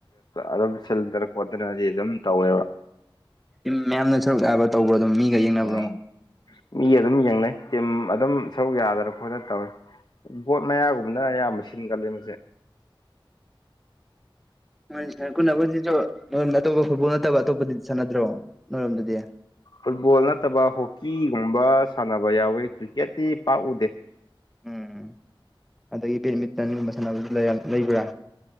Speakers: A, on the left; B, in the centre.
A: ꯑꯗꯨꯝ ꯁꯤꯜꯗꯅ ꯈꯣꯠꯇꯅꯗꯤ ꯑꯗꯨꯝ ꯇꯧꯋꯦꯕ
B: ꯝ ꯃꯌꯥꯝꯅ ꯁꯔꯨꯛ ꯌꯥꯕ ꯇꯧꯕ꯭ꯔꯣ ꯑꯗꯨꯝ ꯃꯤꯒ ꯌꯦꯡꯅꯕꯗꯣ
A: ꯎꯝ ꯃꯤ ꯑꯗꯨꯝ ꯌꯦꯡꯅꯩ ꯇꯤꯝ ꯑꯗꯨꯝ ꯁꯔꯨꯛ ꯌꯥꯗꯅ ꯈꯣꯠꯠꯇꯅ ꯇꯧꯏꯤ ꯕꯣꯠ ꯃꯌꯥꯒꯨꯝꯕꯅ ꯑꯌꯥꯝꯕ ꯁꯤꯟꯒꯂ ꯃꯁꯦ
B: ꯣꯏ ꯁꯥꯟꯅꯕꯁꯤꯁꯨ ꯑꯇꯣꯞꯄ ꯐꯨꯠꯕꯣꯜ ꯅꯠꯇꯕ ꯑꯇꯣꯞꯄꯗꯤ ꯁꯥꯟꯅꯗ꯭ꯔꯣ ꯅꯣꯏꯔꯝꯗꯨꯗꯤ
A: ꯐꯨꯠꯕꯣꯜ ꯅꯠꯇꯕ ꯍꯣꯛꯀꯤꯒꯨꯝꯕ ꯁꯥꯟꯅꯕ ꯌꯥꯎꯋꯤ ꯀ꯭ꯔꯤꯛꯀꯦꯠꯇꯤ ꯄꯥꯛꯎꯗꯦ
B: ꯎꯝ ꯑꯗꯒꯤ ꯕꯦꯠꯃꯤꯇꯟꯒꯨꯝꯕ ꯁꯥꯟꯅꯕ ꯂꯩꯕ꯭ꯔꯥ